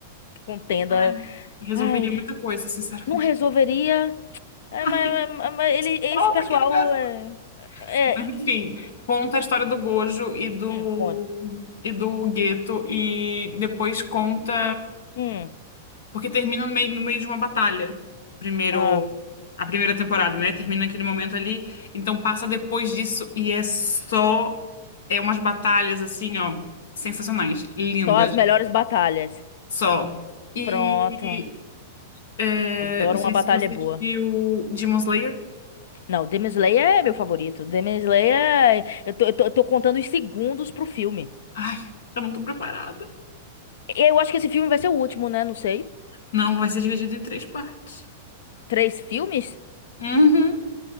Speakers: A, on the left (about 65°); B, on the left (about 80°).
A: contenda.
B: Ai, resolveria
A: Ai,
B: muita coisa, sinceramente.
A: não resolveria. É,
B: Ai,
A: mas, mas- mas ele, esse
B: volta
A: pessoal
B: aquele garoto.
A: é, é-
B: Mas enfim, conta a história do Gojo e do
A: hum, conta.
B: e do Geto e depois conta,
A: Hum,
B: porque termina no meio, no meio de uma batalha. Primeiro
A: ah,
B: a primeira temporada, né? Termina naquele momento ali, então passa depois disso e é só é umas batalhas assim, ó, sensacionais, lindas.
A: só as melhores batalhas.
B: Só. E
A: Pronto.
B: é,
A: Adoro
B: não sei
A: uma batalha
B: se você
A: boa.
B: viu Demon Slayer.
A: Não, Demon Slayer é meu favorito. Demon Slayer, é- eu tô, eu tô, eu tô contando os segundos pro filme.
B: Ai, eu não tô preparada.
A: Eu acho que esse filme vai ser o último, né? Não sei.
B: Não, vai ser dividido em três partes.
A: Três filmes?
B: Uhum.